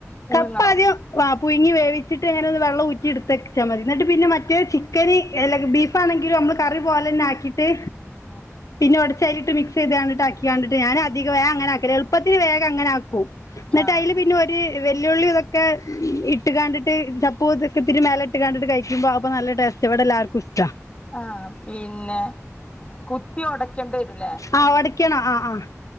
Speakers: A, on the left; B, on the left.
A: പുഴുങ്ങണോ
B: കപ്പ ആദ്യം ആഹ് പുഴുങ്ങി വേവിച്ചിട്ട് അങ്ങനെ ഒന്ന് വെള്ളം ഊറ്റി ട്ത്തച്ചാൽ മതി എന്നിട്ട് പിന്നെ മറ്റേ ചിക്കന് അല്ല ബീഫാണെങ്കിലും മ്മൾ കറി പോലെന്നെ ആകീട്ട്
A: ഉം
B: പിന്നെ ഉടച്ചയിലിട്ട് മിക്സ് ക്കി തണ്ടിട്ട് ഞാൻ അധിക വേ അങ്ങനെആക്കും എളുപ്പത്തിന് വേഗ അങ്ങനെക്കും എന്നിട്ട്
A: ആ
B: അയിൽ പിന്നെ ഒരു വല്യേള്ളി ഇതൊക്കെ ഇട്ട് കണ്ടിട്ട് ചപ്പൂതൊക്കെത്തിരി മലെ ഇട്ട് കണ്ടിട്ട് കഴി ക്കുപ്പോ നല്ല ടേസ്റ്റാ വ്‌ടെ എല്ലാവർക്കും ഇഷ്ടാ
A: ആഹ പിന്നെ കുത്തി ഉടക്കേണ്ടി വരൂല്ലേ
B: ആ ഒടയ്ക്കണം ആ ആ